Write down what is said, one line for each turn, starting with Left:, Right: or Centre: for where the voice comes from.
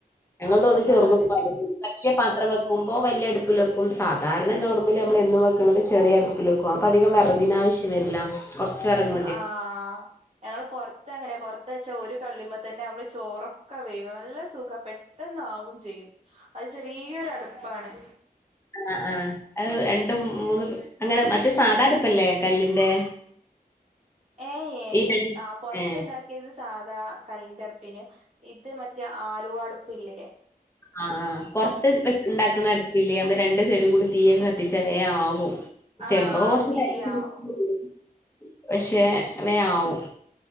Left: ഞങ്ങൾ
Right: അതുകൊണ്ടാണത്
Left: തോന്ന് ചെറ്തും വല്തും വല്യ പാത്രം വെക് ക്കുമ്പോ വല്ല്യ അടു‌പ്പില് വെക്കും സാധാരണ നോർമല് നമ്മള് എന്നും വെക്കണത് ചെറിയ അടുപ്പില് വെക്കും അപ്പം അധികം വെറകിനാവശ്യ <unintelligible> കൊറച്ച് <unintelligible>
Right: ആഹ് ഞങ്ങള് പൊറത്തങ്ങനെ പൊറത്ത് വെച്ച ഒര് കള്ളിമ തന്നെ നമ്മള് ചോറൊക്ക വേവും നല്ല സുഖ പെട്ട ട്ടന്നാവും ചെയ്യും അത് ചെറിയൊരടുപ്പാണ്
Left: അ ആഹ് അത് രണ്ടും മൂന്നും അങ്ങന മറ്റേ സാധാ അട്‌പ്പല്ലേ കല്ലിന്റെ
Right: ഏയ്ഏഹ്
Left: ഈ രണ്ട്
Right: ആ പൊറത്ത്ണ്ടാക്കി
Left: ഏ
Right: യത് സാധാ കല്ലിന്റ അട്‌പ്പെനു ഇത് മറ്റെ ആലുവ അട്‌പ്പ് ഇല്ലേ
Left: ആഹ് ആഹ് പൊറത്ത് വെക് ഇണ്ടാക്കണ അട്‌പ്പില്ലേ നമ്മള് രണ്ട് സൈഡ് കൂടി തീയെക്ക കത്തിച്ച വേം ആവും
Right: ആഹ്
Left: ചെമ്പക്കൊ
Right: അത്
Left: കൊറച്ച്
Right: വേം
Left: <unintelligible>
Right: ആവും
Left: പക്ഷെ വേം ആവും